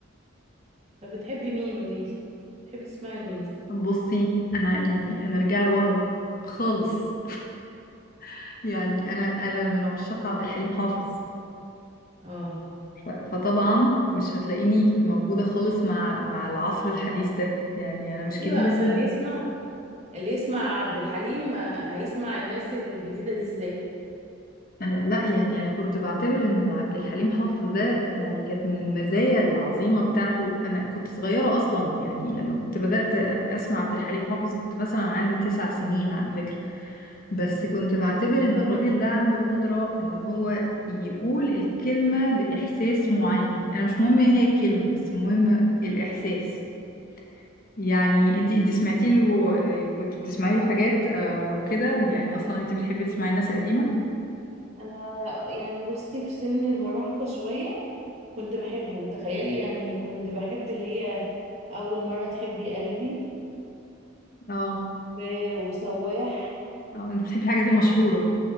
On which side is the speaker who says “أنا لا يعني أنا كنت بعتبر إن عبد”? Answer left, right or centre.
Left